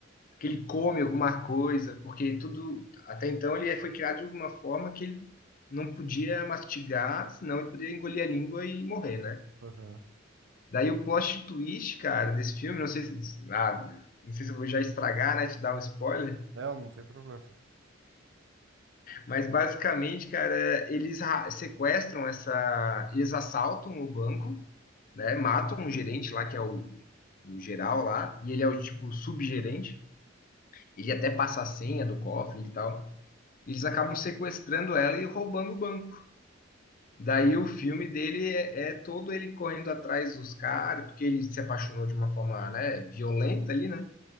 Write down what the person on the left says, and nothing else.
que ele come alguma coisa, porque tudo. Até então ele foi criado de uma forma que ele não podia mastigar, senão ele poderia engolir a língua e morrer, né?
Daí o plot twist, cara, desse filme, não sei se, ah, não sei se eu vou já estragar, né, te dar um spoiler,
mas basicamente, cara, é, eles ra- sequestram essa, eles assaltam o banco, né, matam um gerente lá que é o, o geral lá, e ele é o tipo subgerente, ele até passa a senha do cofre e tal. Eles acabam sequestrando ela e roubando o banco. Daí o filme dele é, é todo ele correndo atrás dos caras, porque ele se apaixonou de uma forma, né, violenta ali, né?